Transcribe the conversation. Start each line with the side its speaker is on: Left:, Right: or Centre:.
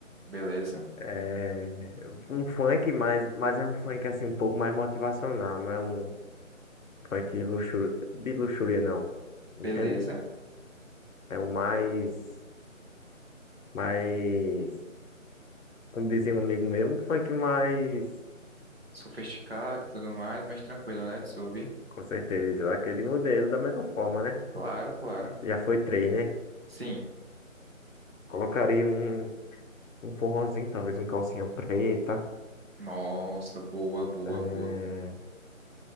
Right: Beleza?
Left: É, um funk, mas, mas é um funk assim um pouco mais motivacional, não é um funk luxu- de luxúria, não. Entende?
Right: Beleza.
Left: É o mais, mais, como dizia um amigo meu, um funk mais,
Right: sofisticado e tudo mais, mas tranquilo, né, de se ouvir?
Left: com certeza, daquele modelo da melhor forma, né?
Right: Claro, claro.
Left: Já foi três, né?
Right: Sim.
Left: Colocaria um, um forrozinho, talvez um calcinha preta,
Right: Nossa, boa, boa,
Left: é,
Right: boa.